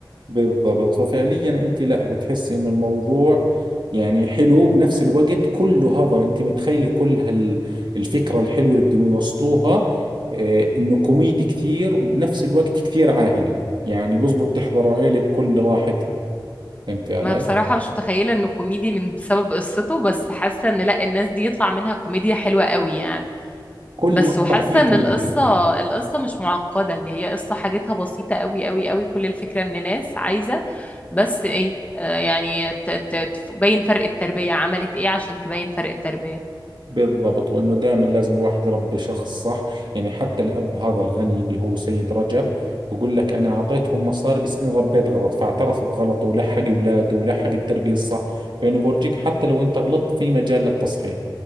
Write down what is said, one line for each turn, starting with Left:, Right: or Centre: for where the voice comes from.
Right: بالضبط ففعليا انت لا بتحسي انه الموضوع يعني حلو بنفس الوقت كله هذا انت متخيله كل هالفكره الحلوه اللي بدهم يوصلوها آه، انه كوميدي كثير وبنفس الوقت كثير عائلي يعني بزبط تحضروا عيله بكل راحتها فهمتي علي
Left: ما بصراحة مش متخيلة إنه كوميدي من بسبب قصته بس حاسة إن لا الناس دي يطلع منها كوميديا حلوة قوي يعني
Right: كل
Left: بس
Right: مقطع
Left: وحاسه
Right: فيه كوميدي
Left: ان القصه القصه مش معقده اللي هي قصه حاجتها بسيطه قوي قوي قوي كل الفكره ان ناس عايزه بس ايه آه يعني ت- ت- تبين فرق التربيه عملت ايه عشان تبين فرق التربيه
Right: بالضبط وانه دائما لازم الواحد يربي شخص صح يعني حتى الاب هذا الغني اللي هو سيد رجب بقول لك انا اعطيتهم مصاري بس انا ربيت غلط فاعترف بغلطه ولحق اولاده ولحق التربيه الصح فانه بورجيك حتى لو انت غلطت في مجال للتصحيح